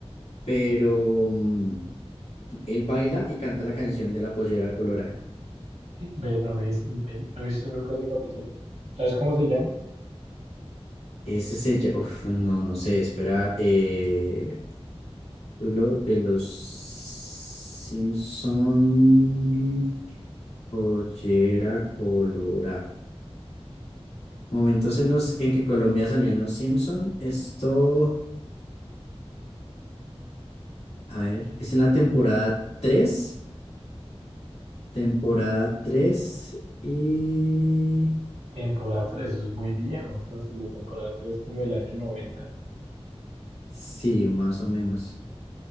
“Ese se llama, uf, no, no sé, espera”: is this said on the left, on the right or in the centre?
Left